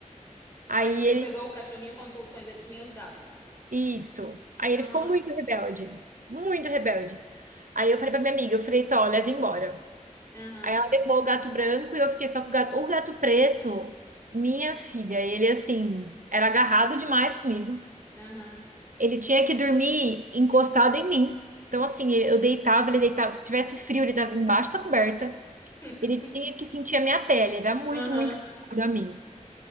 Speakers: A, on the left (about 20°); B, on the right (about 75°).
A: Mas
B: Aí
A: tu
B: ele
A: pegou o cachorrinho quando tu, tu ainda tinha os gatos.
B: Isso. Aí
A: Aham,
B: ele ficou muito rebelde, muito rebelde. Aí eu falei pra minha amiga, eu falei, Tó, leva embora.
A: aham,
B: Aí ela levou o gato branco e eu fiquei só com o gato. O gato preto, minha filha, ele assim, era agarrado demais comigo.
A: aham,
B: Ele tinha que dormir encostado em mim. Então, assim, eu deitava, ele deitava. Se tivesse frio, ele estava embaixo da coberta.
A: <laughs>
B: Ele tinha que sentir a minha pele, era muito,
A: aham.
B: muito agarrado a mim.